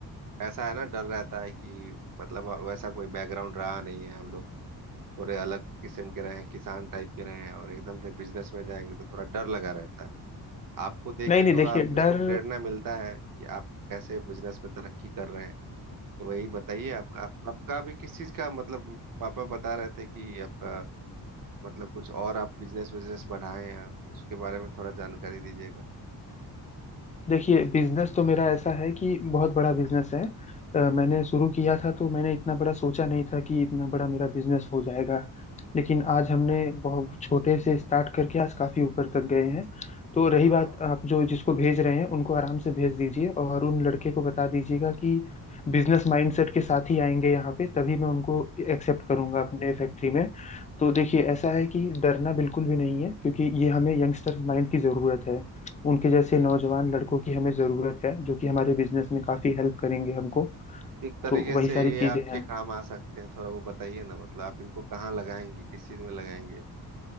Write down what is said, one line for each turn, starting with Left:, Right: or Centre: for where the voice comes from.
Right: ऐसा है ना डर रहता है कि मतलब वैसा कोई बैकग्राउंड रहा नहीं है हम लोग थोड़े अलग किस्म के रहे हैं किसान टाइप के रहे हैं और एकदम से बिजनेस में जाएंगे तो थोड़ा डर लगा रहता है आपको देख
Left: नहीं
Right: के
Left: नहीं
Right: थोड़ा
Left: देखिए
Right: आप इसको
Left: डर
Right: प्रेरणा मिलता है कि आप कैसे बिजनेस में तरक्की कर रहे हैं तो वही बताइए आपका आप, आपका भी किस चीज का मतलब पापा बता रहे थे कि आपका मतलब कुछ और आप बिजनेस बिजनेस बढ़ाए हैं उसके बारे में थोड़ा जानकारी दीजिएगा
Left: देखिए बिजनेस तो मेरा ऐसा है कि बहुत बड़ा बिजनेस है अ, मैंने शुरू किया था तो मैंने इतना बड़ा सोचा नहीं था कि इतना बड़ा मेरा बिजनेस हो जाएगा लेकिन आज हमने बहुत छोटे से स्टार्ट करके आज काफी ऊपर तक गए हैं तो रही
Right: हाँ
Left: बात
Right: हाँ,
Left: आप जो जिसको भेज रहे हैं उनको आराम से भेज दीजिए और उन लड़के को बता दीजिएगा कि बिजनेस माइंडसेट के साथ ही आएंगे यहाँ पे तभी मैं उनको एक्सेप्ट करूंगा अपने फैक्ट्री में तो देखिए ऐसा है कि डरना बिल्कुल भी नहीं है क्योंकि ये हमें यंगस्टर्स माइंड की जरूरत है उनके जैसे
Right: जी
Left: नौजवान लड़कों की हमें ज़रूरत है जो कि हमारे बिजनेस में काफ़ी हेल्प करेंगे हमको
Right: किस तरीके
Left: तो वही
Right: से
Left: सारी
Right: ये
Left: चीज़ें
Right: आपके
Left: हैं
Right: काम आ सकते हैं थोड़ा वो बताइए ना मतलब आप इनको कहाँ लगाएंगे किस चीज में लगाएंगे